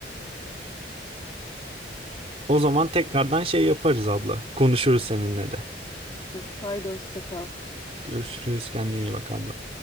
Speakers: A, on the right; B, on the left.
A: O zaman tekrardan şey yaparız abla. Konuşuruz seninle de.
B: görüşürüz. haydi hoşça kal.
A: Görüşürüz. Kendine iyi bak abla.